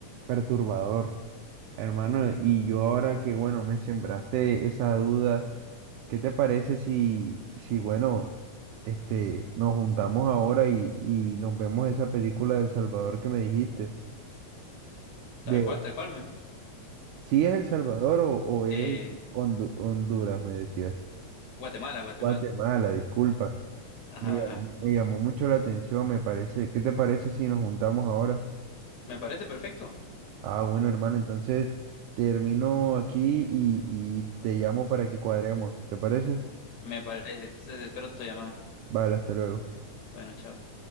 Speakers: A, on the right; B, on the left.
A: perturbador, hermano. Y yo ahora que, bueno, me sembraste esa duda, ¿qué te parece si, si bueno, este, nos juntamos ahora y, y nos vemos esa película del Salvador que me dijiste? De,
B: Tal cual, tal cual me.
A: si es El Salvador o, o
B: Eh,
A: es Hondu- Honduras, me decías?
B: Guatemala, Guatemala.
A: Guatemala, disculpa.
B: Ajá,
A: Me llamó,
B: ajá.
A: me llamó mucho la atención, me parece. ¿Qué te parece si nos juntamos ahora?
B: Me parece perfecto.
A: Ah, bueno, hermano, entonces termino aquí y, y te llamo para que cuadremos. ¿Te parece?
B: Me parece. Entonces espero tu llamada.
A: Vale, hasta luego.
B: Bueno, chao.